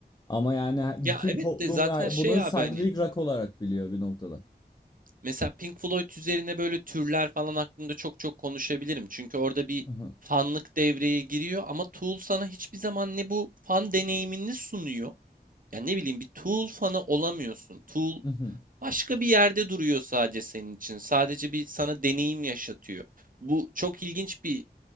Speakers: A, on the left; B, on the right.
A: Ama yani
B: Ya
A: bütün
B: evet
A: toplum
B: de zaten şey
A: bunu psikodelik
B: abi hani
A: rock olarak biliyor bir noktada.
B: Mesela Pink Floyd üzerine böyle türler falan hakkında çok çok konuşabilirim. Çünkü orada bir
A: Hı hı,
B: fanlık devreye giriyor ama Tool sana hiçbir zaman ne bu fan deneyimini sunuyor. Yani ne bileyim bir Tool fanı olamıyorsun. Tool
A: hı hı,
B: başka bir yerde duruyor sadece senin için. Sadece bir sana deneyim yaşatıyor. Bu çok ilginç bir